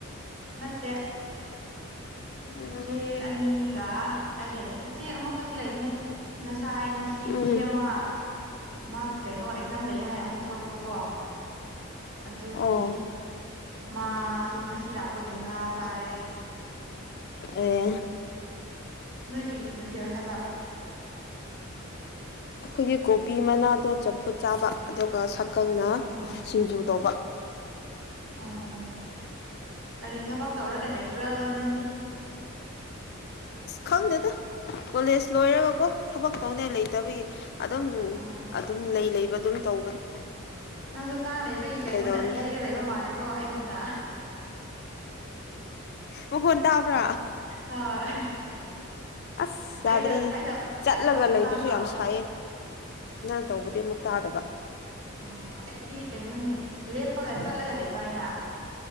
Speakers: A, on the right (about 70°); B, on the left (about 50°).
A: ꯅꯠꯇꯦ
B: ꯎꯝ
A: ꯏꯆꯦ ꯑꯅꯤꯒ ꯑꯩꯒ ꯂꯩ ꯏꯆꯦ ꯑꯃ ꯈꯛꯇꯤ ꯂꯩꯕꯅꯦ ꯉꯁꯥꯏ ꯉꯁꯤ
B: ꯎꯝ
A: ꯏꯆꯦ ꯑꯃ ꯃꯥꯒꯤ ꯀꯩꯅꯣ ꯑꯦꯛꯖꯥꯝ ꯂꯩꯌꯦ ꯍꯥꯏꯅ ꯑꯃꯨꯛ ꯊꯣꯛꯂꯥꯛꯄꯥꯀꯣ ꯑꯗꯨꯒꯤ
B: ꯑꯣ
A: ꯃꯥꯁꯨ ꯉꯁꯤ ꯂꯥꯛꯄꯒꯤ ꯉꯥ ꯆꯥꯔꯦ
B: ꯑꯦ
A: ꯅꯣꯏ ꯀꯥꯔꯤ ꯃꯊꯦꯜ ꯍꯥꯏꯕ
B: ꯑꯩꯈꯣꯏꯒꯤ ꯀꯣꯕꯤ ꯃꯅꯥꯗꯣ ꯆꯝꯐꯨꯠ ꯆꯥꯕ ꯑꯗꯨꯒ ꯁꯥ ꯀꯪꯅ
A: ꯑꯥ
B: ꯁꯤꯡꯖꯨ ꯇꯧꯕ
A: ꯑꯣ ꯀꯔꯤ ꯊꯕꯛ ꯇꯧꯔꯒ ꯂꯩꯕ꯭ꯔꯥ ꯅꯪꯗꯤ
B: ꯈꯪ ꯀꯣꯂꯦꯖ ꯂꯣꯏꯔꯒ ꯀꯣ ꯊꯕꯛ ꯇꯧꯅꯤꯡꯉꯥꯏ ꯂꯩꯇꯕꯒꯤ ꯑꯗꯨꯝ
A: ꯑꯥ
B: ꯑꯗꯨꯝ ꯂꯩ ꯂꯩꯕ ꯑꯗꯨꯝ ꯇꯧꯕꯅꯦ
A: ꯅꯪꯁꯨ ꯀꯥꯡ ꯂꯩꯕꯒꯤ ꯀꯩꯅꯣꯅꯗꯤ
B: ꯀꯩꯗꯧꯅꯤ
A: ꯌꯩꯔꯒꯥ ꯂꯩꯕ ꯃꯥꯜꯂꯦꯀꯣ ꯑꯩꯒꯨꯝꯅ
B: ꯃꯈꯣꯟ ꯇꯥꯕ꯭ꯔꯥ
A: ꯍꯣꯏ
B: ꯑꯁ ꯌꯥꯗ꯭ꯔꯦꯅꯦ
A: ꯑꯩꯗꯣ ꯑꯩ
B: ꯆꯠꯂꯒ
A: ꯑꯩ ꯇꯧꯕꯁꯨ
B: ꯂꯩꯕꯁꯨ
A: ꯇꯥꯕ꯭ꯔꯣ
B: ꯌꯥꯝ ꯁꯥꯏꯌꯦ ꯅꯪ ꯇꯧꯕꯗꯤ ꯑꯃꯨꯛ ꯇꯥꯗꯕ
A: ꯑꯣ ꯑꯩꯗꯤ ꯀꯩꯅꯣꯅꯦ ꯂꯦꯞꯄꯒ ꯆꯠꯂꯒ ꯂꯩꯕ ꯑꯩꯅ